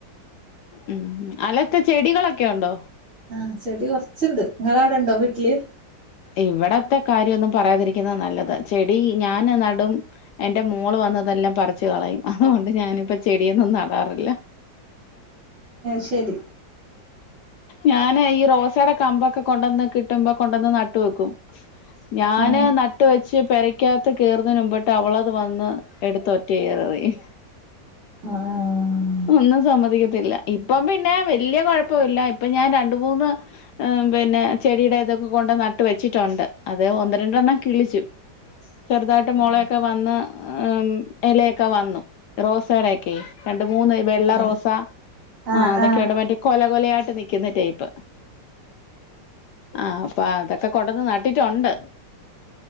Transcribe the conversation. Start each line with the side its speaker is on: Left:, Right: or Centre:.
Left: ഉം അല്ലെ ഇത്ത ചെടികളൊക്കെ ഉണ്ടോ
Right: ആഹ് ചെടി കുറച്ചുണ്ട് നിങ്ങളെ അവിടെ ഉണ്ടോ വീട്ടില്
Left: ഇവിടത്തെ കാര്യമൊന്നും പറയാതിരിക്കുന്നതാ നല്ലത് ചെടി ഞാൻ നടും എന്റെ മോൾ വന്നതെല്ലാം പറിച്ചു കളയും അതുകൊണ്ട് ഞാനിപ്പോ ചെടിയൊന്നും നടാറില്ല
Right: ശരി
Left: ഞാന് ഈ റോസയുടെ കമ്പൊക്കെ കൊണ്ടൊന്ന് കിട്ടുമ്പോ കൊണ്ടന്ന് നട്ട് വെക്കും ഞാന്
Right: ആഹ്
Left: നട്ട് വെച്ച് പെരക്കാത്ത് കേറുന്നതിനു മുമ്പട്ട് അവളത് വന്ന് എടുത്ത് ഒറ്റ ഏറ് എറിയും
Right: ആഹ്
Left: ഒന്നും സമ്മതിക്കത്തില്ല ഇപ്പം പിന്നെ വല്യ കുഴപ്പമില്ല ഇപ്പൊ ഞാൻ രണ്ട് മൂന്ന് പിന്നെ ചെടിയുടേക്കെ കൊണ്ട് നട്ട് വെച്ചിട്ടുണ്ട് അത് ഒന്ന് രണ്ടെണ്ണം കിളിച്ചു ചെറുതായിട്ട് മൊളയൊക്കെ
Right: ആഹ്
Left: വന്ന് ഉം എലയൊക്കെ വന്നു റോസെടയക്കെ രണ്ട് മൂന്ന് വെള്ള
Right: ആഹ്
Left: റോസ
Right: ആഹ്
Left: ആ അതൊക്കെയുണ്ട്
Right: ആഹ്
Left: മറ്റേ കൊല കൊലായിട്ട് നിക്ക്ന്ന ടൈപ്പ് ആ പ്പ അതൊക്കെ കൊണ്ടന്ന് നട്ടിട്ടൊണ്ട്